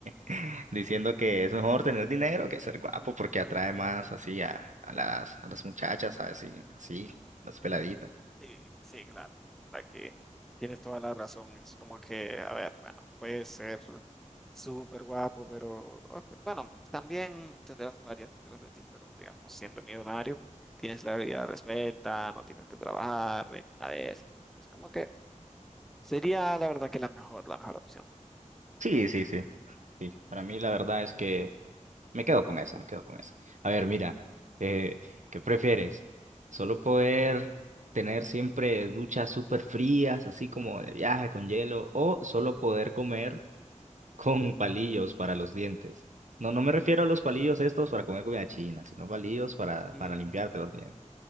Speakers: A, on the right; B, in the centre.
A: <laughs> diciendo que es mejor tener dinero que ser guapo
B: Ujú.
A: porque atrae más así a, a las, a las muchachas, ¿sabes? Y así, las peladitas.
B: Sí, sí, claro, la que tienes toda la razón. Es como que, a ver, bueno, puede ser súper guapo, pero ok, bueno, también tendrás varias detrás de ti, pero digamos, siendo millonario, tienes la vida resuelta, no tienes que trabajar, ni nada de eso. Entonces, es como que sería la verdad que la mejor, la mejor opción.
A: Sí, sí, sí. Sí, para mí la verdad es que me quedo con eso, me quedo con eso. A ver, mira, eh, ¿qué prefieres? ¿Solo poder tener siempre duchas súper frías, así como de viaje con hielo, o solo poder comer? con palillos para los dientes. No, no me refiero a los palillos estos para comer comida china, sino palillos para,
B: Mm,
A: para limpiarte los dientes.